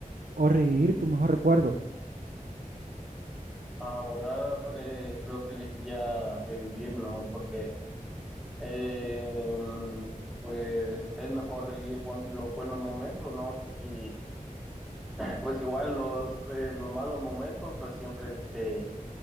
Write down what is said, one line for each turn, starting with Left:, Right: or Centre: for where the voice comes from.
Right: o revivir tu mejor recuerdo.
Centre: A borrar, eh, creo que elegiría revivir, ¿no? Porque, eh, pues, es mejor revivir bon- los buenos momentos, ¿no? Y Pues igual los, eh, los malos momentos pues siempre te,